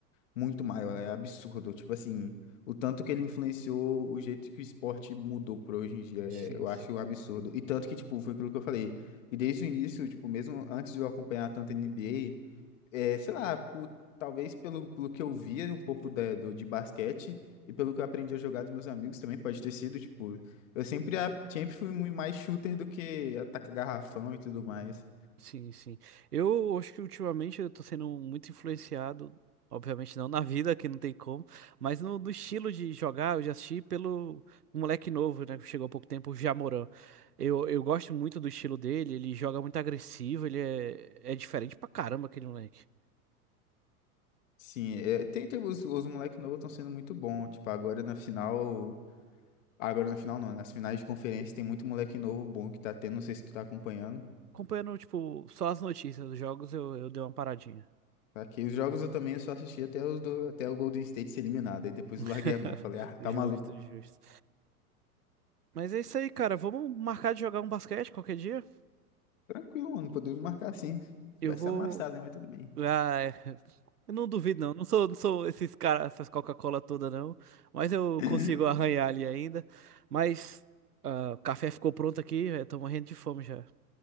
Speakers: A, on the left; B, on the right.
A: muito maior, é absurdo. Tipo assim, o tanto que ele influenciou, o jeito que o esporte mudou pra hoje em dia, é-
B: Sim,
A: eu
B: sim.
A: acho um absurdo. E tanto que, tipo, foi aquilo que eu falei, e desde o início, tipo, mesmo antes de eu acompanhar tanto a NBA, é, sei lá, por- talvez pelo, pelo que eu via um pouco da- do, de basquete e pelo que eu aprendi a jogar dos meus amigos também, pode ter sido, tipo, eu sempre, a- sempre fui muito mais shooter do que atacar garrafão e tudo mais.
B: Sim, sim. Eu acho que ultimamente eu tô sendo muito influenciado, obviamente não na vida, que não tem como, mas no, no estilo de jogar, eu já assisti pelo um moleque novo, né, que chegou há pouco tempo, o Jamoran. Eu, eu gosto muito do estilo dele, ele joga muito agressivo, ele é, é diferente pra caramba aquele moleque.
A: Sim, é, tem, tem os, os moleques novos estão sendo muito bons, tipo, agora na final, agora na final não, nas finais de conferência tem muito moleque novo bom que tá tendo, não sei se tu tá acompanhando.
B: Acompanhando, tipo, só as notícias dos jogos, eu, eu dei uma paradinha.
A: Aqui, os jogos eu também só assisti até os do, até o Golden State ser eliminado, aí depois
B: <laughs>
A: eu larguei a mão, falei, ah, tá
B: Justo,
A: maluco.
B: justo. Mas é isso aí, cara. Vamos marcar de jogar um basquete qualquer dia?
A: Tranquilo, mano. Podemos marcar sim.
B: Eu
A: Vai
B: vou.
A: ser amassado, né? Mas tudo bem.
B: Ah, é. Eu não duvido, não. Não sou, não sou esses caras, essas Coca-Cola toda, não. Mas eu
A: <laughs>
B: consigo arranhar ali ainda. Mas ah, o café ficou pronto aqui, eu tô morrendo de fome já.